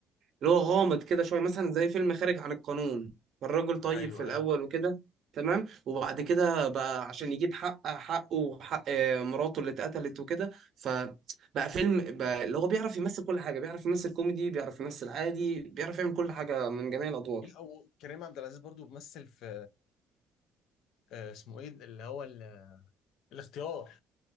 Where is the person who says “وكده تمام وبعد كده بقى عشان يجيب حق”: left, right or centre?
Right